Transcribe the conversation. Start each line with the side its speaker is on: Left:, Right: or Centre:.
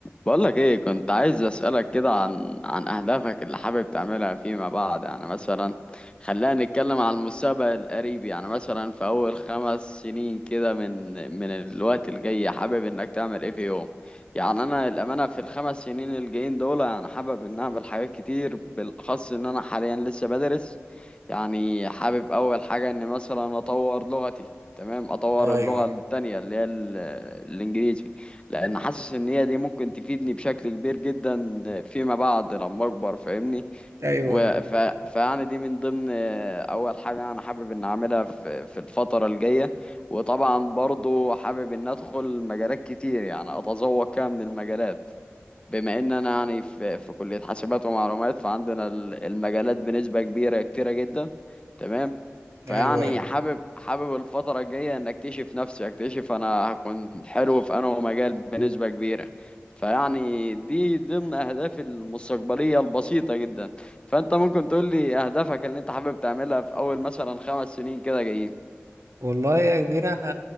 Left: بقولك ايه كنت عايز اسألك كده عن عن اهدافك اللي حابب تعملها فيما بعد يعني مثلا خلينا نتكلم على المستقبل القريب يعني مثلا في اول خمس سنين كده من من الوقت الجاي حابب انك تعمل ايه في يوم يعني انا الامانة في الخمس سنين الجايين دول انا حابب ان اعمل حاجات كتير بالاخص ان انا حاليا لسه بدرس يعني حابب اول حاجة ان مثلا اطور لغتي تمام اطور
Right: ايوه
Left: اللغة
Right: ايوه
Left: التانية اللي هي ال- الانجليزي لان حاسس ان هي دي ممكن تفيدني بشكل كبير جدا فيما بعد لما اكبر فاهمني
Right: ايوه
Left: و-
Right: ايوه
Left: ف... فيعني دي من ضمن آه، اول حاجه انا حابب ان اعملها في في الفتره الجايه وطبعا برضو حابب ان ادخل مجالات كتير يعني اتذوق كده من المجالات بما ان انا يعني في في كلية حاسبات ومعلومات فعندنا ال- المجالات بنسبة كبيرة كتيرة جدا تمام فيعني
Right: ايوه ايوه
Left: حابب حابب الفترة الجاية ان اكتشف نفسي اكتشف انا هكون حلو في انه مجال بنسبة كبيرة فيعني دي ضمن اهدافي المستقبلية البسيطة جدا فانت ممكن تقول لي اهدافك اللي انت حابب تعملها في اول مثلا خمس سنين كده جايين
Right: والله يا كبير انا